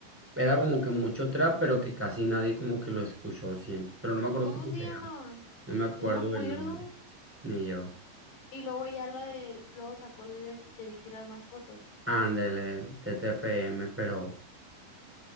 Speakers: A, in the centre; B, on the left (about 70°).
A: era como que mucho trap, pero que casi nadie como que lo escuchó, siento. Pero no me acuerdo
B: ¿Cómo
A: cómo
B: se
A: se
B: llamaba?
A: llama. No me acuerdo
B: No me acuerdo.
A: el nombre, ni yo.
B: Y luego ya la de, luego sacó el de Debí tirar más fotos.
A: Ándale, TTFM, pero,